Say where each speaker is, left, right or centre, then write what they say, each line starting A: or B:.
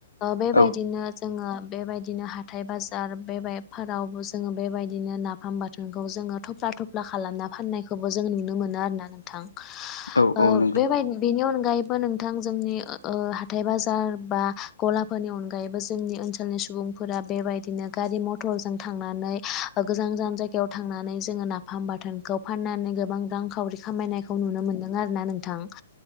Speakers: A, on the left; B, on the left.
A: बेबायदिनो
B: औ
A: जोङो बेबायदिनो हाथाय बाजार बेफोराव जोङो बेबायदिनो नाफाम बाथोनखौ जोङो थफ्ला थफ्ला खालामना फाननायखौबो जों नुनो मोनो आरोना नोंथां।
B: औ
A: ओ
B: औ नंगौ
A: बेबायद बिनि अनगायैबो नोंग। थों जोंनि ओहाथाय बाजार बा गलाफोरनि अनगायैबो जोंनि ओनसोलनि सुबुंफोरा। बेबायदिनो गारि मथरजों थांनानै गोजान गोजान जायगायाव थांनानै जोङो नाफाम बाथोन। खौ फाननानै गोबां रांखावरि खामायनायखौ नुनो मोन्दों आरोना नोंथां।